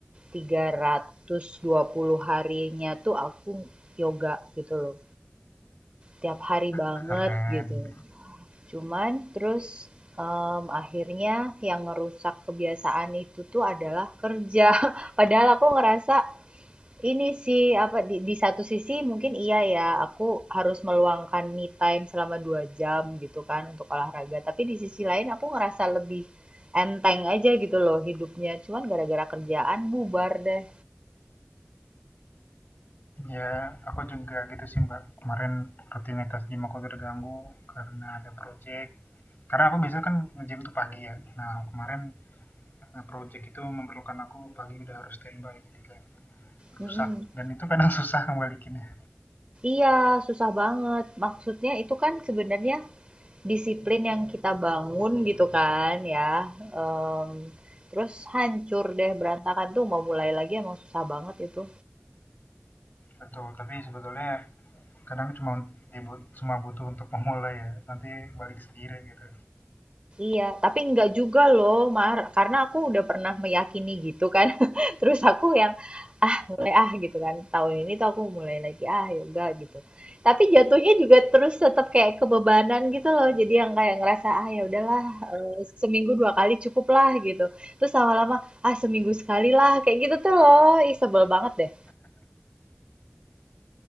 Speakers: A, on the right; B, on the left.
A: 320 harinya tuh aku yoga gitu loh. Tiap hari banget
B: Keren.
A: gitu. Cuman terus em, akhirnya yang ngerusak kebiasaan itu tuh adalah kerja. <laughs> Padahal aku ngerasa ini sih, apa, di di satu sisi mungkin iya ya, aku harus meluangkan me time selama 2 jam gitu kan untuk olahraga, tapi di sisi lain aku ngerasa lebih enteng aja gitu loh hidupnya, cuman gara-gara kerjaan bubar deh.
B: Ya, aku juga gitu sih, Mbak. Kemarin rutinitas gym aku terganggu karena ada project Karena aku biasanya kan nge-gym tuh pagi ya. Nah, kemarin, eee, projek itu memerlukan aku pagi udah harus standby jadi kayak
A: Mhm.
B: rusak dan itu kadang <laughs> susah ngebalikinnya
A: Iya, susah banget. Maksudnya itu kan sebenarnya disiplin yang kita bangun gitu kan ya, Em, terus hancur deh berantakan tuh mau mulai lagi emang susah banget itu.
B: betul tapi sebetulnya kadang cuma dibu- cuma butuh untuk memulai ya nanti balik sendiri gitu
A: Iya, tapi enggak juga loh, Mar. Karena aku udah pernah meyakini gitu kan. <laughs> Terus aku yang, ah mulai ah gitu kan. Tahun ini tuh aku mulai lagi, ah yoga gitu. Tapi jatuhnya juga terus tetap kayak kebebanan gitu loh. Jadi yang kayak ngerasa, ah ya udahlah, eh, seminggu dua kali cukup lah gitu. Terus lama-lama, ah seminggu sekali lah. Kayak gitu tuh loh. Ih, sebel banget deh.